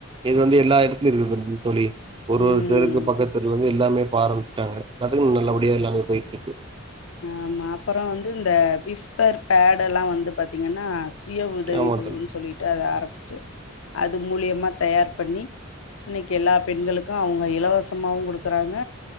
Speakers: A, on the right (about 25°); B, on the left (about 80°).
A: இது வந்து எல்லா எடத்துலயு இருக்குதுங் தோழி ஒரு
B: ம்
A: ஒருத்தருக்கு பக்கத் தெருவுலமே எல்லாமே இப்ப ஆரம்புச்சுட்டாங்க நதுங் நல்லபடியா எல்லாமே பொய்ட்ருக்கு
B: ஆமா அப்றோ வந்து இந்த விஸ்பர் பேட் எல்லா வந்து பாத்தீங்கன்னா சுய உதவி
A: ஆமா
B: குழுனு
A: தோழி
B: சொல்லிட்டு அத ஆரம்பிச்சி அது மூலியமா தயார் பண்ணி இன்னிக்கு எல்லா பெண்களுக்கு அவங்க இலவசமாவு குடுக்குறாங்க